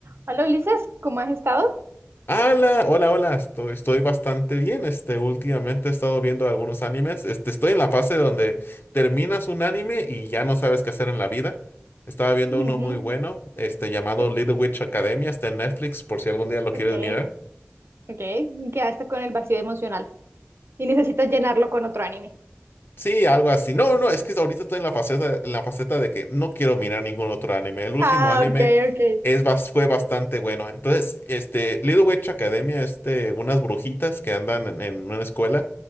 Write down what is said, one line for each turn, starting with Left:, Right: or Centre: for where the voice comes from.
Right: Hola Ulises, ¿cómo has estado?
Left: Hola, hola, hola, estoy, estoy bastante bien. Este, últimamente he estado viendo algunos animes. Este, estoy en la fase donde terminas un anime y ya no sabes qué hacer en la vida. Estaba viendo
Right: Ujú,
Left: uno muy bueno, este, llamado
Right: te-
Left: Little Witch Academia, está en Netflix, por si algún día lo
Right: Ok,
Left: quieres mirar.
Right: ok. Quedaste con el vacío emocional y necesitas llenarlo con otro anime.
Left: Sí, algo así. No, no, es que ahorita estoy en la faceta, en la faceta de que no quiero mirar ningún otro anime. El último
Right: Ah,
Left: anime
Right: ok, ok.
Left: es, bas- fue bastante bueno. Entonces, este, Little Witch Academia, este, unas brujitas que andan en, en una escuela,